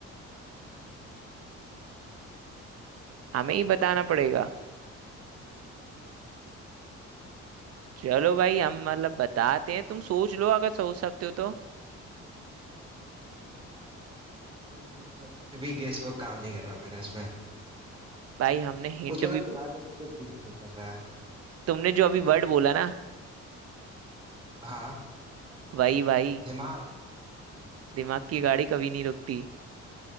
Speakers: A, on the right; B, on the right.
A: यार तुम्हें बताना ही पड़ेगा मुझे बिल्कुल नहीं आ रहा कुछ नहीं
B: हमें
A: तो
B: ही
A: बिल्कुल
B: बताना पड़ेगा
A: भाई
B: चलो भाई हम मतलब बताते हैं तुम सोच लो अगर सोच सकते हो तो
A: नहीं भाई तुम बता दो कोई गेस वर्क कुछ भी गेस वर्क काम नहीं कर रहा मेरा इसमें
B: भाई हमने हिंट
A: कुछ मतलब
B: भी
A: दिमाग में क्लिक भी नहीं कर रहा है
B: तुमने जो अभी वर्ड बोला ना
A: हाँ
B: वही भाई
A: दिमाग
B: दिमाग की गाड़ी कभी नहीं रुकती